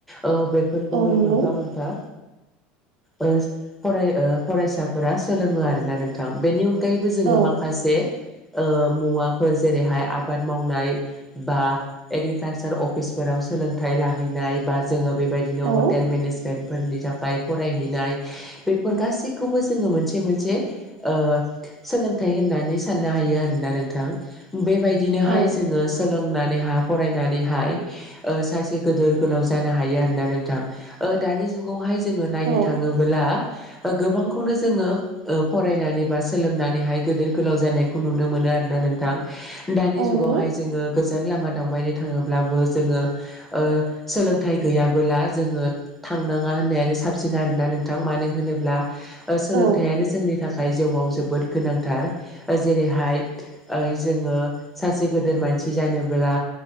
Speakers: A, in the centre; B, on the right (about 85°).
A: ओ बेब फोरखौनो
B: औ नंगौ
A: मोनफा मोनफा ओ फराय ओ फरायसाफोरा सोलोङो आरोना नोंथां बेनि अन गायैबो जोङो
B: औ
A: माखसे ओ मुवा फोर जेरैहाय आबाद मावनाय बा एग्रिकालसार अफिसफोराव सोलोंथाइ लाहैना नाय बा जोङो बेबायदिनो
B: औ
A: हटेल मेनेजमेन्टफोरनि थाख खाय फरायहैनाय बेफोर गासैखौबो जोङो मोनसे मोनसे ओ सोलों थाय होननानै साननो हायो आरोना नोंथां। बेबायदिनोहाय
B: औ
A: जोङो सोलोंनानैहा फरायनानैहाय ओ सासे गोदोर गोलाव जानो हायो आ ना नोंथां। ओ दानि जुगावहाय जोङो नायनो
B: औ
A: थाङोबोला ओ गोबांखौनो जोङो ओ फरायनानै बा सोलोंनानैहाय गोदोर गोलाव जानायखौ नुनो मोनो आरोना नो नोंथां दानि
B: औ
A: जुगावहाय
B: नंगौ
A: जोङो गोज जान लामा दावबायनो थाङोब्लाबो जोङो ओ सोलोंथाइ गैया बोला जोङो थांनाङा होननायानो साबसिन आरोना नोंथां। मानो होनोब्ला ओ सोलोंथाइयानो
B: औ
A: जोंनि थाखाय जिउआव जोबोद गोनांथार ओ जेरैहाय जोङो ओ सासे गोदोर मानसि जानोबोला